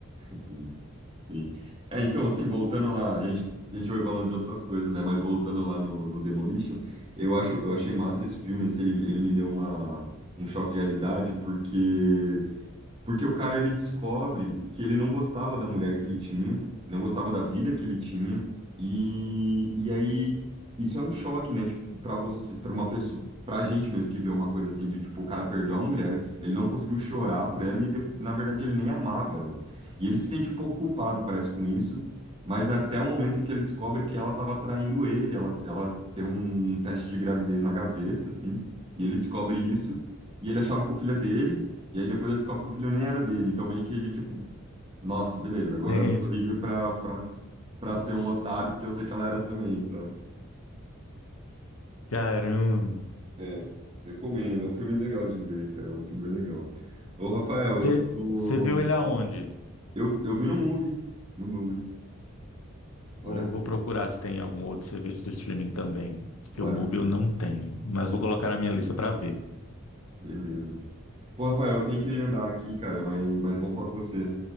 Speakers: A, on the right; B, on the left.
A: Sim, sim. É, então, assim, voltando lá, a gente, a gente vai falando de outras coisas, né? Mas voltando lá no, no Demolition, eu acho, eu achei massa esse filme, assim, ele, ele me deu uma, um choque de realidade, porque porque o cara ele descobre que ele não gostava da mulher que ele tinha, não gostava da vida que ele tinha, e, e aí isso é um choque, né? Tipo, para você, para uma pessoa, pra gente mesmo que vê uma coisa assim de tipo, o cara perdeu a mulher, ele não conseguiu chorar por ela e de- na verdade ele nem amava ela. E ele se sente um pouco culpado, parece, com isso, mas é até o momento em que ele descobre que ela estava traindo ele, ela, ela tem um, um teste de gravidez na gaveta, assim, e ele descobre isso, e ele achava com o filho dele. E aí depois ele descobre que o filho nem era dele. Então meio que ele, tipo, nossa, beleza, agora
B: É
A: eu tô
B: isso.
A: livre pra, pra, pra ser um otário, porque eu sei que ela era também, sabe?
B: Caramba.
A: É, recomendo. É um filme legal de ver, cara. É um filme bem legal. Ô, Rafael, eu,
B: Você
A: tô-
B: você viu ele aonde?
A: eu, eu vi no MUBI. No MUBI.
B: Vou,
A: Vale a pena,
B: vou procurar se tem algum outro serviço de streaming também, porque
A: vale
B: o Mubi
A: a pena.
B: eu não tenho, mas vou colocar na minha lista para ver.
A: Beleza. Pô, Rafael, eu tenho que andar aqui, cara, mas, mas bom falar com você.